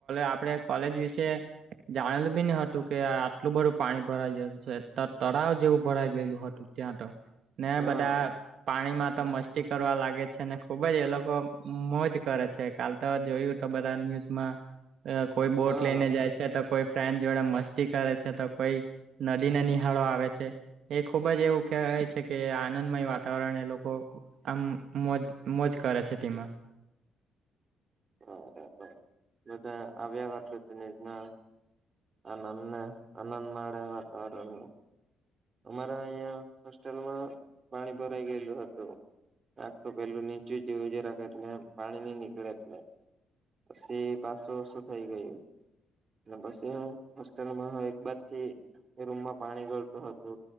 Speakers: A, on the right; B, on the right.
A: આપડે કોલેજ વિશે જાણેલું બી ન હતું કે આટલું બધું પાણી ભરાઈ જ તળાવ જેવું ભરાઈ ગયેું હતું ત્યાં તો. ને
B: હા
A: બધા પાણીમાં તો મસ્ત કરવા લાગે છે અનેને ખુબ જ એ લોકો મોજ કરે છે કાલ તો જોયું તો બધા ન્યૂઝમાં અ કોઈ બોટ
B: હા
A: લઈને જાય છે તો કોઈ ફ્રેન્ડ જોડે મસ્તી કરે છે તો કોઈ નદીને નિહાળો આવે છે. એ ખુબ જ એવું કવાય છે કે આનંદમય વાતાવરણ એ લોકો આમ મોજ મોજ કરે છે તેમાં.
B: બરાબર બધા આવ્યા વર્ષોનીઝમાં આ નંદ આ નંદ મળે વાતાવરણ અમારા અહિયાં હોસ્ટેલમાં પાણી ભરાઈ ગયેલું હતું રાખો પેલું નીચું જેવું જે રાખે એટલે પાણી નઈ નીકળે એટલે પછી પાચસો વર્ષું થઈ ગયું અને પછી હું હોસ્ટેલમાં એક બાદ થી રૂમમાં પાણી ગળતો હતો તો